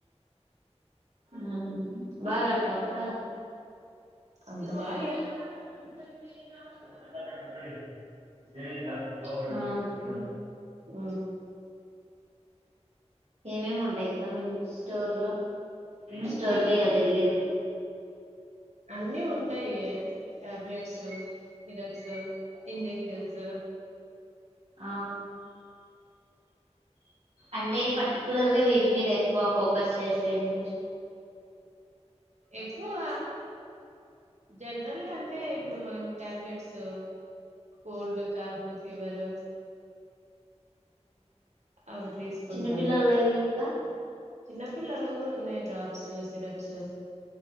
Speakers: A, on the right; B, on the right.
A: హ బాగ ఆడతావ అక్క మ
B: అంత బాగా
A: ఆ అప్పుడు
B: ఊ
A: ఏమేమి ఉంటాయి ఇక్క స్టోర్లో స్టోర్కె కద వెళ్లేది
B: అన్నీ ఉంటాయి టాబ్లెట్ సిరబ్సు ఇంజెక్షన్స్
A: ఆ అంటే పర్టికులర్ గా వేటి మీద ఎక్కువ ఫోకస్ చేసేది
B: ఎక్కువ జనరల్ గా అంటే ఇప్పుడు మనం టాబ్లెట్స్ కోల్డ్ కాఫ్ ఫీవర్ అవి తీసుకుంటాము
A: చిన్నపిల్లలవి ఇకా
B: చిన్నపిల్లలో కూడా ఉన్నాయి డ్రాప్స్ సిరప్స్